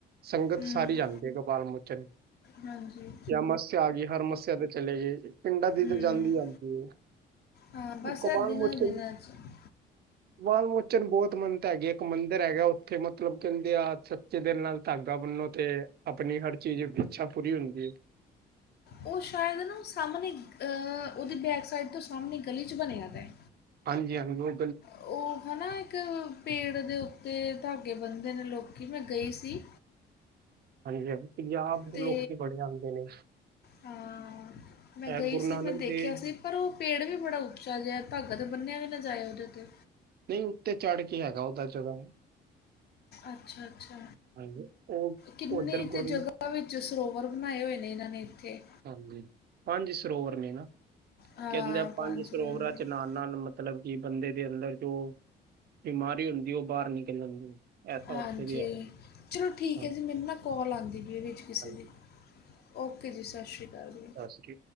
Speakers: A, on the right; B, on the left.
A: ਸੰਗਤ
B: ਹੂੰ
A: ਸਾਰੀ ਜਾਂਦੀ ਆ ਗੋਪਾਲ ਮੋਚਨ।
B: ਹਾਂਜੀ
A: ਜਾਂ ਮੱਸਿਆ ਆ ਗਈ ਹਰ ਸਮੱਸਿਆ ਤੇ ਚਲੇ ਗਏ ਪਿੰਡਾਂ ਦੀ
B: ਹੂੰ
A: ਤੇ ਜਾਂਦੀ ਏ।
B: ਹਾਂ ਬਸ
A: ਇਕ
B: ਇਹ
A: ਤਾ
B: ਦਿਨਾਂ
A: ਮੋਚਨ
B: <inaudible>
A: ਵਾਲਾਲ ਮੋਚਨ ਬਹੁਤ ਮੰਨਤ ਹੈਗੀ ਏ ਇੱਕ ਮੰਦਿਰ ਹੈਗਾ ਓਥ ਕਿ ਮਤਲਬ ਕਹਿੰਦੇ ਆ ਸੱਚੇ ਦਿਨ ਨਾਲ ਧਾਗਾ ਬੰਨੋ ਤੇ ਆਪਣੀ ਹਰ ਚੀਜ਼ ਇੱਛਾ ਪੂਰੀ ਹੁੰਦੀ ਏ।
B: ਉਹ ਸ਼ਾਇਦ ਨਾ ਸਾਹਮਣੇ ਅਹ ਉਹਦੀ ਬੈਕ ਸਾਈਡ ਤੋਂ ਸਾਹਮਣੇ ਗਲੀ 'ਚ ਬਣਿਆ ਪਿਆ ਐ।
A: ਹਾਂਜੀ ਹਾਂਜੀ ਓਈ।
B: ਉਹ ਹੈ ਨਾ ਇੱਕ ਪੇੜ ਦੇ ਉੱਤੇ ਧਾਗੇ ਬੰਦੇ ਨੇ ਲੋਕੀ ਮੈਂ ਗਈ ਸੀ।
A: ਹਾਂਜੀ ਹਾਂਜੀ ਪੰਜਾਬ ਦੇ
B: ਤੇ
A: ਲੋਕੀ ਬੜੇ ਆਦੇ ਨੇ।
B: ਹਾਂ ਮੈਂ
A: ਇਹ
B: ਗਈ
A: ਗੁਰੂ
B: ਸੀ
A: ਨਾਨਕ
B: ਮੈਂ ਦੇਖਿਆ
A: ਦੇਵ
B: ਸੀ। ਪਰ ਉਹ ਪੇੜ ਵੀ ਬੜਾ ਉੱਚਾ ਓੱਚਾ ਜਿਆ ਧਾਗਾ ਤਾਂ ਬੰਨਿਆ ਵੀ ਨਾ ਜਾਏ ਉਹਦੇ ਉੱਤੇ
A: ਨਈ ਉੱਤੇ ਚੜ੍ਹ ਕੇ ਹੈਗਾ ਓਦਦਾ ਜਗਾ।
B: ਅੱਛਾ ਅੱਛਾ।
A: ਹਾਂਜੀ ਉਹ
B: ਕਿੰਨੀ
A: ਉੱਧਰ
B: ਤੀ
A: ਗੁਰਨ
B: ਜਗ੍ਹਾ ਅ ਵਿੱਚ ਸਰੋਵਰ ਬਣਾਏ ਹੋਏ ਨੇ ਇਨ੍ਹਾਂ ਨੇ ਇੱਥੇ
A: ਹਾਂਜੀ ਪੰਜ ਸਰੋਵਰ ਨੇ ਨਾ।
B: ਹਾਂ
A: ਕਹਿੰਦੇ ਆ ਪੰਜ ਸਰੋਵਰਾਂ
B: ਮਿੰਟ
A: ਚ ਨਾਲ- ਨਾਲ ਮ ਮਤਲਬ ਕਿ ਬੰਦੇ ਦੇ ਅੰਦਰ ਜੋ ਬਿਮਾਰੀ ਹੁੰਦੀ ਉਹ ਬਾਹਰ ਨਿਕਲਣ ਦੀ ਐਸਾ
B: ਹਾਂਜੀ
A: ਉੱਥੇ ਵੀ ਹੈਗਾ।
B: ਚਲੋ ਠੀਕ
A: ਹਾਂਜੀ
B: ਐ ਜੀ ਮੈਨੂੰ ਨਾ ਕੋਲ ਆਉਂਦੀ ਪੀ ਐ ਵਿੱਚ ਕਿਸੇ
A: ਹਾਂਜੀ,
B: ਦੀ, ਓਕੇ ਜੀ ਸਸ ਸ਼੍ਰੀ ਕਾਲ ਜੀ।
A: ਸਤਿ ਸ਼੍ਰੀ ਅਕਾਲ